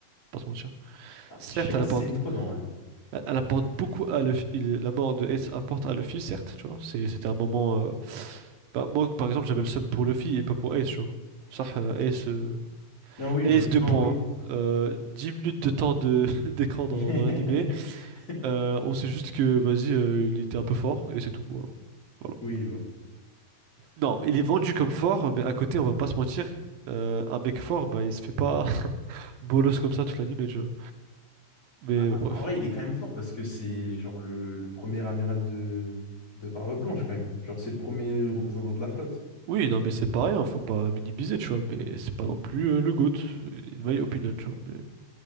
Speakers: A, on the right; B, on the left.
A: pas se mentir.
B: Ah,
A: Certes,
B: Je sais pas
A: elle apporte,
B: si c'est une fraude, en vrai.
A: elle elle apporte beaucoup à l'office. La mort de Ace apporte à Luffy, certes, tu vois. C'est- C'était un moment. euh, bah, moi, par exemple, j'avais le seum pour Luffy et pas pour Ace, tu vois. Ça, euh, Ace, euh,
B: Non, oui,
A: Ace
B: je veux...
A: 2
B: Non,
A: points.
B: oui.
A: Euh, 10 minutes de temps de <laughs> d'écran dans,
B: <laughs>
A: dans l'animé. Euh, on sait juste que, vas-y, euh, il était un peu fort et c'est tout. Voilà. Voilà.
B: Oui, ouais.
A: Non, il est vendu comme fort, mais à côté, on va pas se mentir, euh, un mec fort, bah, il se fait pas <laughs> bolos comme ça toute l'animé, tu vois. Mais
B: Ah, ah,
A: euh, bref.
B: En vrai, il est quand même fort parce que c'est genre le, le premier amiral de, de Barbe Blanche quand même. Genre, c'est le premier représentant de la flotte.
A: Oui, non, mais c'est pas rien, faut pas minimiser, tu vois, mais c'est pas non plus euh, le GOAT, in my opinion, tu vois, mais...